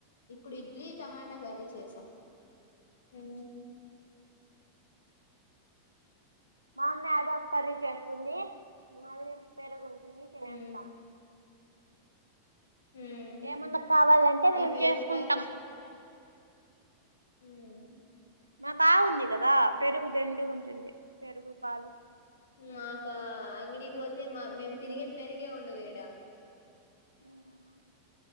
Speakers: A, on the left; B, on the right.
A: ఇప్పుడు ఇడ్లీ టమాటా కర్రీ చేశాం హ్మ్
B: మా అమ్మ అదో పది చేస్తుంది మళ్ళీ పేరుగు ఉంటుంది తినేస్తాం
A: ఉమ్ ఉమ్
B: ఏమన్న కావాలంటే మేమ్
A: ఈ పెరుగు
B: చేసుకుంటాం
A: ప్యాకెట్ మ్
B: మాక్ ఆవుంది కదా పెరుగు దండిగ ఉంటుంది పెరుగు పాలు
A: మాకా అంగడి పోతే మా మేము తిరిగి పెరిగే ఉండదిడా
B: అవునా